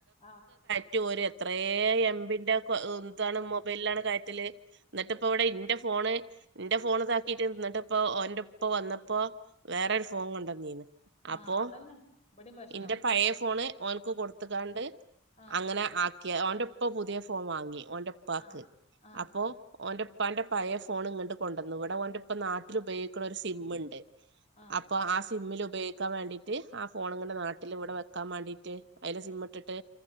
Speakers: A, on the left; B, on the right.
A: ആ്..
B: റ്റ് ഓര് എത്രേ എംബിന്റെ കൊ താണ് മൊബൈൽലാണ് കയറ്റല്.. എന്നട്ട്പ്പോവിടെ ഇന്റെ ഫോണ് ന്റെ ഫോൺ താക്കിട്ട് എന്നിട്ട്പ്പോ ഓന്റെപ്പ വന്നപ്പോ.. വേറരു ഫോണ് കൊണ്ടന്നീന്ന് അപ്പൊ
A: ആ അതന്നെ ഇവിടെയും പ്രശ്നം
B: ഇന്റെ പയേ ഫ് ഫോണ് ഓന്ക്ക് കൊടുത്ത്ക്കാണ്ട്
A: ആ
B: അങ്ങനെ ആക്കിയ ഓന്റെപ്പ പുതിയേ ഫോൺ വാങ്ങി ഓന്റെ... പ്പാക്ക്.
A: ആ ആ
B: അപ്പോ ഓന്റെ.. ഇപ്പാന്റെ പഴേ ഫോണ് ങ്ങട്ട് കൊണ്ടന്ന്. വടെ ഓന്റെപ്പ നാട്ടിലുപയോഗിക്ണ ഒരു സിമ്മ്ണ്ട് ആപ്പ്..
A: ആ
B: അപ്പ ആ സിമ്മിൽ ഉപയോഗിക്കാൻ വേണ്ടിട്ട് ആ ഫോണ്ങ്ങണ്ട് നാട്ടിലി വിടെ വെക്ക.. വക്കാൻ മേണ്ടീറ്റ് അതില് സിമ്മിട്ടിട്ട്